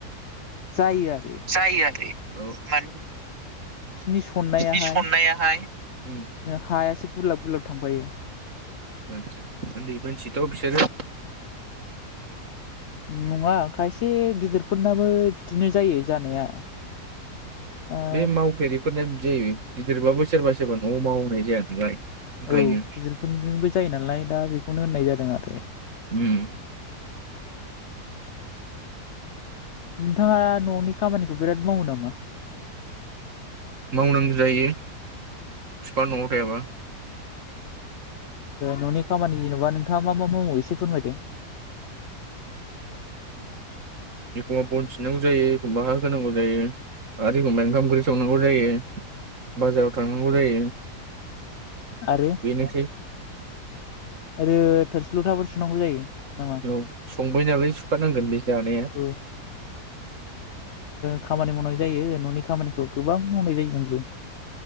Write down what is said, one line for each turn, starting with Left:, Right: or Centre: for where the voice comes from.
Left: जायो आरो
Right: सायो आरो माने
Left: <inaudible> बिनि सननायाहाय
Right: बिनि सननायाहाय उम
Left: हायासो गुरलाब गुरलाब थांफायो
Right: आटसा ओन्दै मानसिथ बिसोरो
Left: नङा खायसे गिदिरफोरनाबो बिदिनो जायो जानाया ओ
Right: बे मावफेरि फोर जायो गिदिरबाबो सोरबा सोरबा नआव मावनाय जाया नालाय ओंखायनो
Left: औ गिदिरफोरजोंबो जायो नालाय दा बेखौनो होननाय जादों आरो
Right: उम
Left: नोंथाङा ननि खामानिखौ बिराद मावो नामा
Right: मावनांगौ जायो बिफा नआव थायाबा
Left: ननि खामानि जेनबा नोंथाङा मा मा मावो एसे फोरमायदों
Right: एखमबा बन थिनांगौ जायो एखमबा हा होनांगौ जायो आरो एखमबा ओंखाम ओंख्रि संनांगौ जायो बाजाराव थांनांगौ जायो
Left: आरो
Right: बेनोसै
Left: आरो थोरसि लथाफोर सुनांगौ जायो नामा
Right: औ संबाय नालाय सुखानांगोन बे जानाया
Left: औ खमानि मावनाय जायो ननि खामानिखौ गोबां मावनाय जायो आंबो